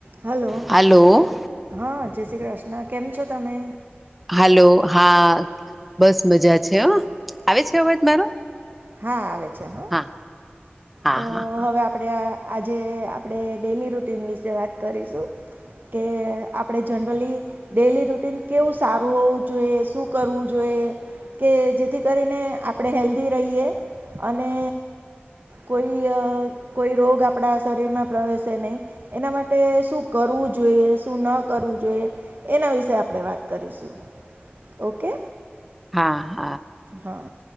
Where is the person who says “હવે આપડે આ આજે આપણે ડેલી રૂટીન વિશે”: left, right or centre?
Right